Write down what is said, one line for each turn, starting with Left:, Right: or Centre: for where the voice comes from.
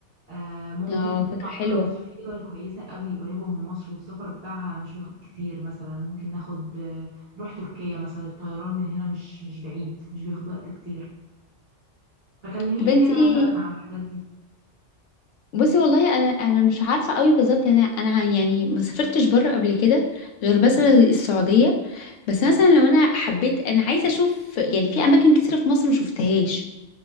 Right: آه، ممكن
Left: اه
Right: نطلع
Left: فكره حلوه
Right: بره مصر في دول كويسة قوي قريبة من مصر والسفر بتاعها مش بياخد كتير مثلا ممكن ناخد آه، نروح تركيا مثلا الطيران من هنا مش مش بعيد مش بياخد وقت كتير فكلميني
Left: طب انت
Right: كده
Left: ايه
Right: مثلا على الحاجات دي
Left: بصي والله انا انا مش عارفه قوي بالظبط انا انا يعني ما سافرتش بره قبل كده غير مثلا السعوديه بس مثلا لو انا حبيت انا عايزه اشوف يعني في اماكن كتيره في مصر ما شفتهاش